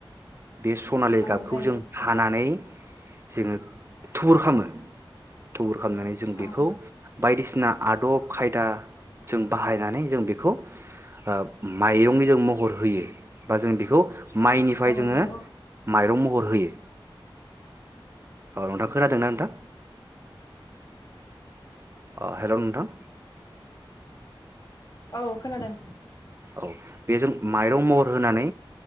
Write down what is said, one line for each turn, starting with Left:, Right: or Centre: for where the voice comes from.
Right: बे सनालि
Left: औ
Right: गाबखौ
Left: जायो
Right: जों हानानै जोङो थुर खालामो थुर खालामनानै जों बेखौ
Left: औ
Right: बायदिसिना आदब खायदा जों बाहाय नानै जों बेखौ ओ माइरं जों महर होयो बा जों बेखौ माइनिफ्राय
Left: औ
Right: जोङो
Left: नंगौ
Right: माइरं म हर होयो औ नोंथां खोनादोंना नोंथां? अ हेलौ नोंथां।
Left: औ खोनादों।
Right: औ बेजों माइरं महर होनानै